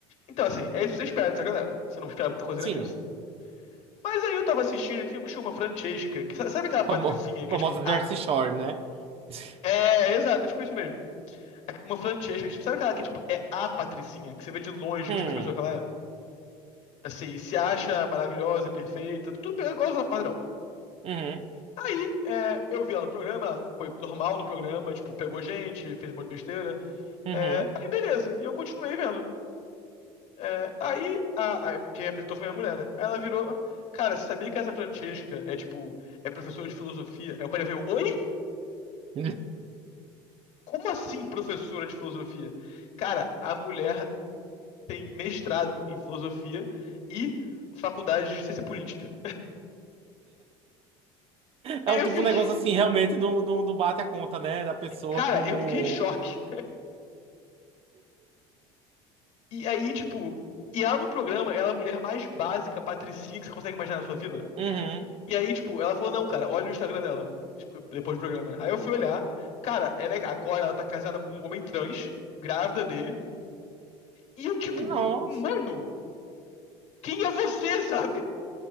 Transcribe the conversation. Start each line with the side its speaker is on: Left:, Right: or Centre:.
Left: Então, assim, é isso que você espera dessa galera. Você não espera muita coisa
Right: Sim.
Left: além disso. Mas aí eu tava assistindo e tinha tinha uma Francesca, que sa- sabe aquela patricinha
Right: Famo-
Left: que
Right: Famosa
Left: é tipo, a...
Right: Jersey Shore, né? <laughs>
Left: é, exato, é tipo isso mesmo. É Uma Francesca, sabe aquela que é tipo, é a patricinha, que você vê de longe
Right: Hum,
Left: o tipo de pessoa que ela é? Assim, se acha maravilhosa, perfeita, tudo pe- é igual ao padrão.
Right: uhum,
Left: Tá Aí, é, eu vi ela no programa, ela foi normal no programa, tipo, pegou gente, fez um monte de besteira.
Right: uhum.
Left: É, aí, beleza, e eu continuei vendo. É, aí, a, a- quem me apresentou foi minha mulher, né? Aí ela virou, cara, você sabia que essa Francesca é, tipo, é professora de filosofia? Aí o pai veio, oi?
Right: Me-
Left: Como assim professora de filosofia? Cara, a mulher tem mestrado em filosofia e faculdade de ciência política.
Right: É
Left: Eu
Right: um tipo
Left: fiquei,
Right: um negócio assim, realmente não, não, não bate a conta, né? Da pessoa
Left: cara,
Right: com.
Left: eu fiquei em choque. E aí, tipo, e ela no programa, ela é a mulher mais básica, patricinha que você consegue imaginar na sua vida.
Right: Uhum.
Left: E aí, tipo, ela falou, não, cara, olha o Instagram dela. tipo, Depois do programa, né? Aí eu fui olhar. Cara, ela é, agora ela tá casada com um homem trans, grávida dele. E eu, tipo,
Right: Nossa.
Left: mano, quem é você, sabe?